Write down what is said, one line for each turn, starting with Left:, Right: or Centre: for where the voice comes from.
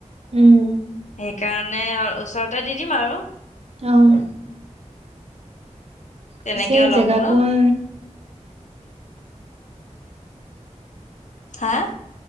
Right: উম
Left: সেইকাৰণে ওচৰত ততে দি দিম আৰু
Right: অহ
Left: তেনেকে
Right: পিছে
Left: অলপ
Right: জেগাকন
Left: অলপ হা